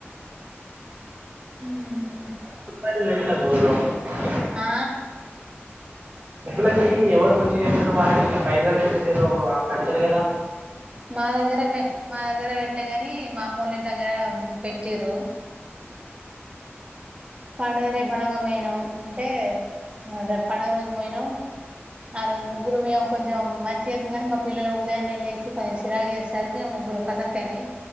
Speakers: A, on the right (about 25°); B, on the right (about 45°).
A: హమ్
B: <unintelligible>
A: ఆ
B: ము్లకి ఎవరు మంచిగా ఇస్తారు వాళ్ళకి ఇట్లా ప్రైజ అని చెప్పేసి ఏదో పెడతరు కద
A: మాదగ్గర బే మాదగ్గ దగ్గర పెట్లేగాని మామూలు దగర పెట్టిర్రు పండుగ రేప్ అనగ పోయినామ్ అంటే దే పండగ రోజ పోయినా ఆ రోజు ముగ్గులు మేము కొంచెం మంచి చేద్దు కానీ మా పిల్లలు ఉదయాన్నే లేేసి కొంచెం చిరాగా చేసరికి ముగ్గులు ఫసక్కయినా